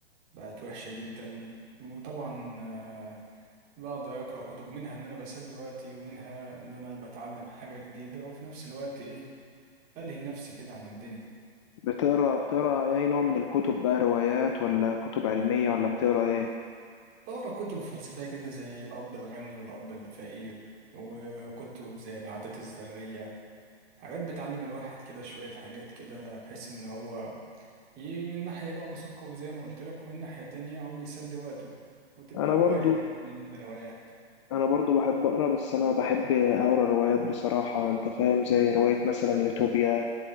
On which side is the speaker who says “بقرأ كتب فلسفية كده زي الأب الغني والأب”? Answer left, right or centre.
Right